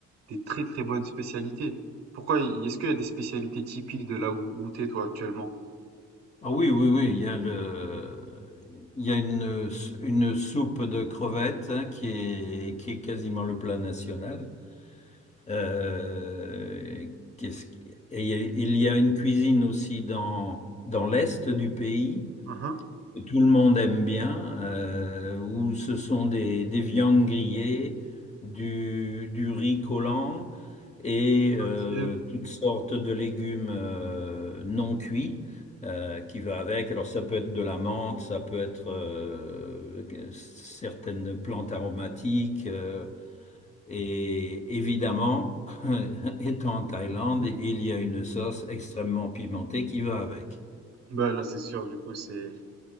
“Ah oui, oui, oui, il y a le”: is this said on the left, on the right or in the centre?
Left